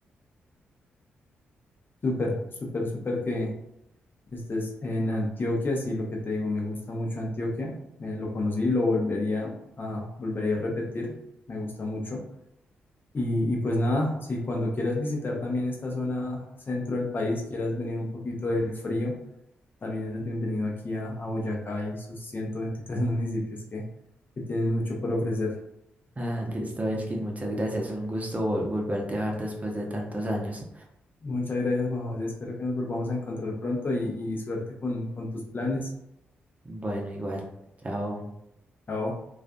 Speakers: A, on the left (about 45°); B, on the right (about 30°).
A: súper, súper, súper que, que estés en Antioquia, sí, lo que te digo, me gusta mucho Antioquia, eh, lo conocí, lo volvería a, volvería a repetir, me gusta mucho. Y, y pues nada, si cuando quieras visitar también esta zona centro del país, quieras venir un poquito del frío, también eres bienvenido aquí a, a Boyacá y sus 123 <laughs> municipios que, que tienen mucho por ofrecer.
B: Ah, listo, Elkin, muchas gracias. Un gusto vol- volverte a ver después de tantos años.
A: Muchas gracias, Juan José, espero que nos volvamos a encontrar pronto y, y suerte con, con tus planes.
B: Bueno, igual. Chao.
A: Chao.